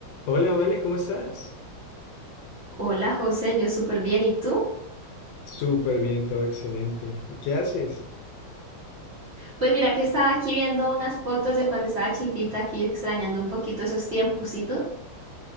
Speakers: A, on the left; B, on the right.
A: Hola, Vale, ¿cómo estás?
B: Hola José, yo súper bien. ¿Y tú?
A: Súper bien, todo excelente. ¿Y qué haces?
B: Pues mira que estaba aquí viendo unas fotos de cuando estaba chiquita, aquí extrañando un poquito esos tiempos. ¿Y tú?